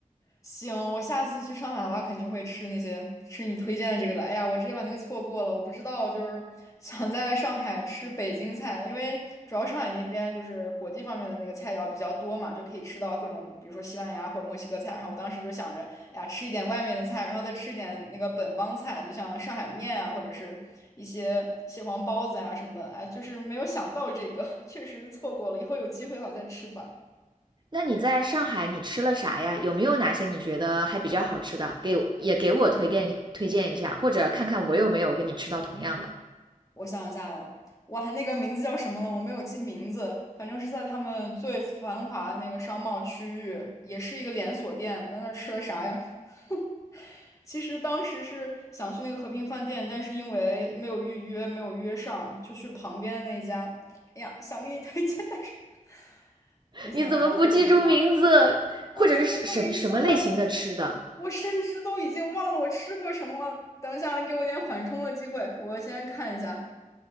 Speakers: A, on the left; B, on the right.
A: 行，我下次去上海的话，肯定会吃那些吃你推荐的这个的。哎呀，我直接把那个错过了，我不知道，就是 <laughs> 想在上海吃北京菜，因为主要上海那边就是国际方面的那个菜肴比较多嘛，就可以吃到各种，比如说西班牙或者墨西哥菜。然后我当时就想着，哎呀，吃一点外面的菜，然后再吃一点那个本帮菜，就像上海面啊，或者是一些蟹黄包子呀、什么的。哎，就是没有想到这个，<laughs> 确实错过了，以后有机会的话再吃吧。
B: 那你在上海你吃了啥呀？有没有哪些你觉得还比较好吃的？给也给我推荐推荐一下，或者看看我有没有跟你吃到同样的。
A: 我想一下哟，哇，那个名字叫什么了？我没有记名字，反正是在他们最繁华的那个商贸区域，也是一个连锁店。我在那儿吃了啥呀？<laughs> 其实当时是想去那个和平饭店，但是因为没有预约，没有约上，就去旁边的那一家。哎呀，想给你推荐，但是 <laughs> 我想一下，
B: 你怎么不记住名字？
A: 我记不住名字了，
B: 或者是什什什么类型的吃的？
A: 我甚至都已经忘了我吃过什么了。等一下，你给我点缓冲的机会，我先看一下